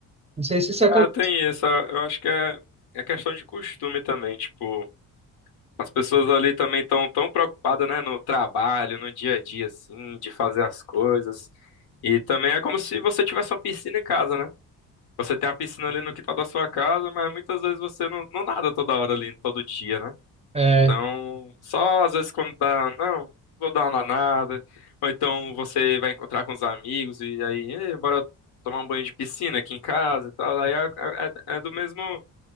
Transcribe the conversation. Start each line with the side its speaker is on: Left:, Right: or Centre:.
Right: Não sei se isso acontece.
Left: Ah, tem isso. ah, Eu acho que é, é questão de costume também. Tipo, as pessoas ali também estão tão tão preocupadas, né, no trabalho, no dia a dia, assim, de fazer as coisas. E também é como se você tivesse uma piscina em casa, né? Você tem a piscina ali no quintal da sua casa, mas muitas vezes você não, não nada toda hora ali, todo dia, né?
Right: É,
Left: Então, só às vezes quando tá, não, vou dar uma danada. Ou então você vai encontrar com os amigos e aí, "Ei, bora tomar um banho de piscina aqui em casa e tal. Aí é, é- é é do mesmo,